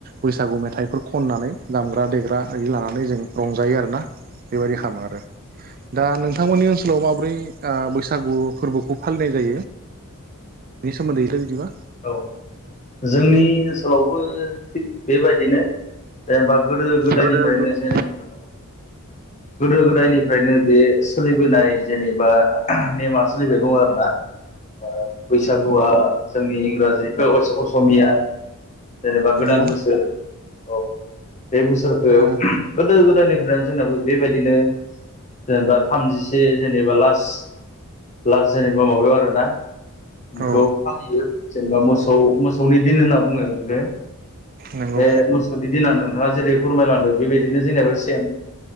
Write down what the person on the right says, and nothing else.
बैसागु मेथाइफोर खननानै दामग्रा देग्रा इदि लानानै जों रंजायो आर ना बेबायदि खामो आरो दा नोंथांमोननि ओनसोलाव माबोरै ओ बैसागु फोरबोखौ फालिनाय जायो। बेनि सोमोन्दै बिदिबा,
गोदो गोदाय
नंगौ
नंगौ
औ
औ
नंगौ